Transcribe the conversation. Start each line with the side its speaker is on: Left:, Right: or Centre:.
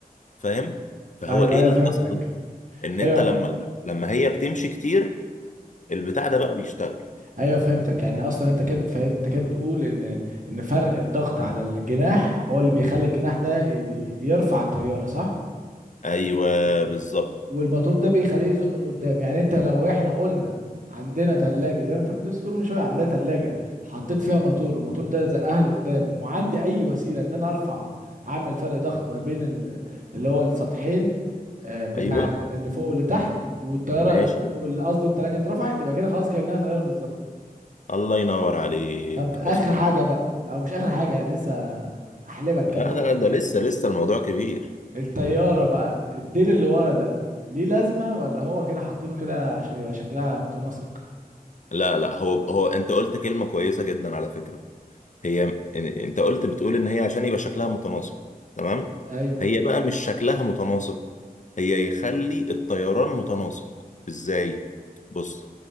Left: فاهم فهو
Right: ايوه
Left: ايه
Right: ايوه
Left: اللي
Right: فهمتك
Left: حصل ان انت
Right: ايوه
Left: لما لما هي بتمشي كتير البتاع ده بقى بيشتغل
Right: ايوه فهمتك يعني اصلا انت كده بتفهم انت كده بتقول ان ان فرق الضغط على الجناح هو اللي بيخلي الجناح ده ي- يرفع الطيارة صح؟
Left: ايوه
Right: و-
Left: بالظبط
Right: والموتور ده بيخليه يزق لقدام يعني انت لو احنا قلنا عندنا تلاجة زي ما انت كنت لسه بتقول من شوية عندنا تلاجة حطيت فيها موتور والموتور ده زقها لقدام وعندي اي وسيلة ان انا ارفع اعمل فرق ضغط ما بين ال- اللي هو السطحين آه، بتاع
Left: ايوه
Right: ال- اللي فوق واللي تحت والطيارة
Left: ماشي
Right: ات- وال- قصدي التلاجة اترفعت يبقى كده خلاص كأنها طيارة بالظبط
Left: الله ينور عليك
Right: طب اخر
Left: مظبوط
Right: حاجة بقى او مش اخر حاجة يعني لسه هحلبك
Left: لا
Right: كام معلومة
Left: ده ده
Right: كده
Left: لسه لسه الموضوع كبير
Right: الطيارة بقى الديل اللي ورا ده ليه لازمة ولا هو كده حاطينه كده عشان يبقى شكلها متناسق
Left: لا لا هو هو انت قلت كلمة كويسة جدا على فكرة هي إن- انت قلت بتقول ان هي عشان يبقى شكلها متناسق تمام
Right: ايوه
Left: هي بقى مش شكلها متناسق هي يخلي الطيران متناسق ازاي بص